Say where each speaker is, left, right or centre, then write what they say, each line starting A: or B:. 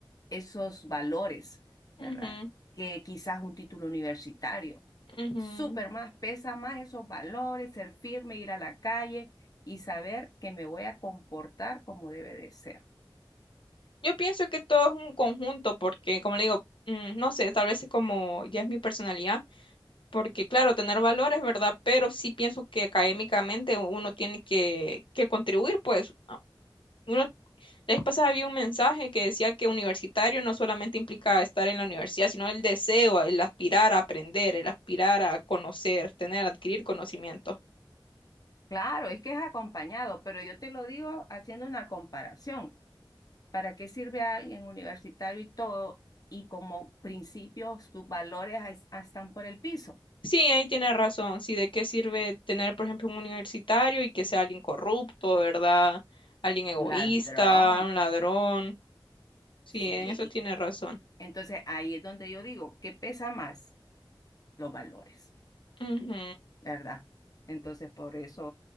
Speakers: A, on the left; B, on the left.
A: esos valores, ¿verdad?
B: ujú,
A: Que quizás un título universitario.
B: ujú.
A: Súper más, pesa más esos valores, ser firme, ir a la calle y saber que me voy a comportar como debe de ser.
B: Yo pienso que todo es un conjunto, porque, como le digo, mm, no sé, tal vez es como ya es mi personalidad, porque claro, tener valores, ¿verdad? Pero sí pienso que académicamente uno tiene que, que contribuir, pues, a- uno La vez pasada había un mensaje que decía que universitario no solamente implica estar en la universidad, sino el deseo, el aspirar a aprender, el aspirar a conocer, tener, adquirir conocimiento.
A: Claro, es que es acompañado, pero yo te lo digo haciendo una comparación. ¿Para qué sirve a alguien universitario y todo? Y como principio, sus valores es- ah, están por el piso.
B: Sí, ahí tiene razón. Sí, ¿de qué sirve tener, por ejemplo, un universitario y que sea alguien corrupto, ¿verdad? Alguien egoísta,
A: Un ladrón,
B: un ladrón. Sí,
A: sí.
B: en eso
A: y-
B: tiene razón.
A: Entonces ahí es donde yo digo, ¿qué pesa más? Los valores.
B: Ujú,
A: ¿verdad? Entonces, por eso